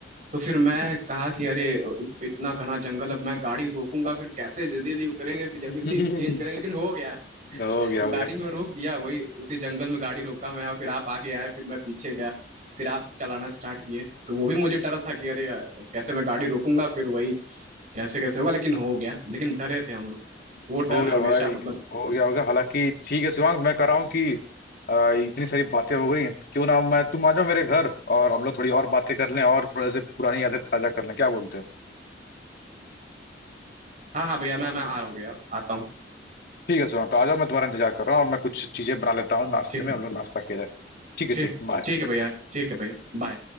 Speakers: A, on the right; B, on the left.
A: तो फिर मैं कहा कि अरे इस- इतना घना जंगल अब मैं गाड़ी रोकूंगा फिर कैसे जल्दी जल्दी उतरेंगे फिर
B: <laughs>
A: जल्दी जल्दी चेंज करेंगे लेकिन हो गया
B: हाँ हो गया हो
A: गाड़ी
B: गया
A: में रोक दिया वही उसी जंगल में गाड़ी रोका मैं और फिर आप आगे आए फिर मैं पीछे गया फिर आप चलाना स्टार्ट किए तो वो भी मुझे डर था कि अरे कैसे मैं गाड़ी रोकूंगा फिर वही कैसे कैसे होगा लेकिन हो गया लेकिन डरे थे हम लोग वो
B: हो
A: डर
B: गया
A: हमेशा
B: भाई
A: मतलब
B: हो गया हो गया हालांकि ठीक है शिवांग मैं कह रहा हूँ कि आ, इतनी सारी बातें हो गई क्यों ना मैं तुम आ जाओ मेरे घर और हम लोग थोड़ी और बातें कर लें और थोड़े से पुरानी यादें ताजा कर लें क्या बोलते हो
A: हाँ हाँ भैया मैं मैं आ रहा हूँ भैया आता हूँ
B: ठीक है शिवांग तो आ जाओ मैं तुम्हारा इंतजार कर रहा हूँ और मैं कुछ चीजें बना लेता हूँ नाश्ते
A: ठीक
B: में हम लोग नाश्ता किया जाए ठीक है
A: ठीक
B: ठीक बाय
A: ठीक है भैया ठीक है भैया बाय